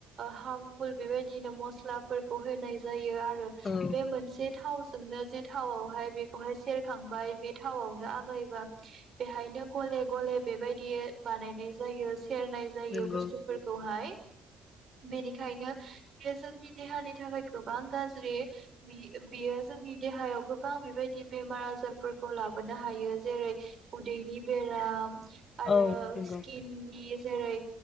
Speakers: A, on the right; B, on the left.
A: हार्मफुल बेबायदिनो मस्लाफोरखौ होनाय जायो आरो
B: औ
A: बे मोनसे थावजोंनो जे थावआवहाय बेखौहाय सेरखांबाय बे थावआवनो आग्लायबा बेवहायनो गले गले बेबायदि बानायनाय जायो। सेरनाय जायो
B: नंगौ
A: बुस्थुफोरखौहाय
B: औ नंगौ
A: बेनिखायनो बेयो जोंनि देहानि थाखाय गोबां गाज्रि बेयो जोंनि देहायाव गोबां बेबायदि बेमार आजारफोरखौ लाबोनो हायो जेरै उदैनि बेराम, आरो
B: औ नंगौ
A: स्किननि जेरै